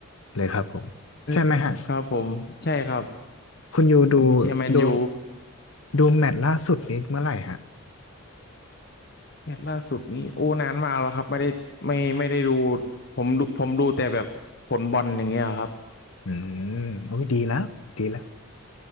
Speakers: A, on the left; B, on the left.
A: เลยครับผม ใช่ไหมฮะ
B: <laughs> ครับผมใช่ครับ
A: คุณอยู่ดู
B: ผมเชียร์แมนยู
A: ดูดูแมตช์ล่าสุดนี้เมื่อไหร่ฮะ
B: แมตช์ล่าสุดนี้โอ้นานมากแล้วครับไม่ได้ไม่ไม่ได้ดูผมดูผมดูแต่แบบผลบอลอย่างเงี้ยครับ
A: อืมโอ้ยดีแล้ว ดีแล้ว